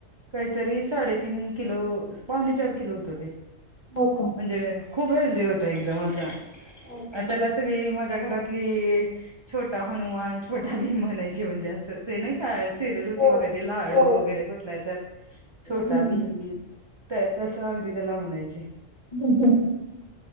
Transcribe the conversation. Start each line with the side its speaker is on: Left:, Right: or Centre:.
Right: काहीतरी साडेतीीन किलो पावणे चार किलो होत ते
Left: होकम
Right: <unintelligible>
Left: हो हो
Right: ली छोटा हनुमान छोटा भी म्हणायचे म्हणजे असं ते नाही काय सिरियल
Left: हो.
Right: होती बघा ती लाडू
Left: हो
Right: वगैरे कुठला तर छोटा
Left: हम्म,
Right: भीम भीम तस अगदी त्याला म्हणायचे
Left: ह ह